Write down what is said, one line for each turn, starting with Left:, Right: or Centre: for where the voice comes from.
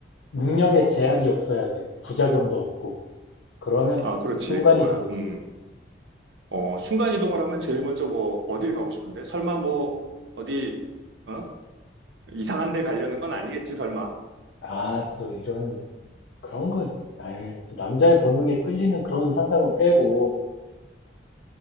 Left: 능력에 제약이 없어야 돼. 부작용도 없고. 그러면
Right: 아, 그렇지.
Left: 순간이동이지.
Right: 그거야. 음, 어, 순간이동을 하면 제일 먼저 뭐, 어딜 가고 싶은데? 설마 뭐, 어디, 어? 이상한 데 가려는 건 아니겠지, 설마?
Left: 아, 또 이런, 그런 걸, 아이, 또 남자의 본능에 끌리는 그런 상상은 빼고,